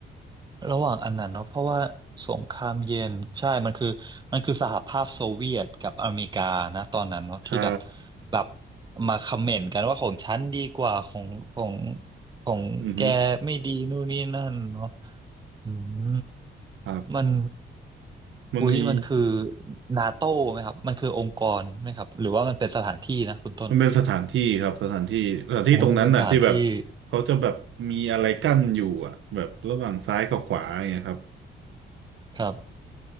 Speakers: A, on the right; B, on the right.
A: ระหว่างอันนั้นเนาะเพราะว่าสงครามเย็นใช่มันคือมันคือสหภาพโซเวียตกับอเมริกานะตอนนั้นเนาะที่แบบ
B: ใช่
A: แบบมาคอมเมนต์กันว่าของฉันดีกว่าของของของแกไม่ดีนู่นนี่นั่นเนาะ
B: อือฮึ
A: อืม
B: ครับ
A: มัน
B: มันมี
A: อุ๊ย มันคือนาโต้ไหมครับมันคือองค์กรไหมครับ หรือว่ามันเป็นสถานที่นะคุณต้น
B: มันเป็นสถานที่ครับสถานที่สถานที่ตรงนั้นน่ะที่แบบ
A: โอ้มันเป็นสถานที่
B: เขาจะแบบมีอะไรกั้นอยู่อ่ะแบบระหว่างซ้ายกับขวาอย่างเงี้ยครับ
A: ครับ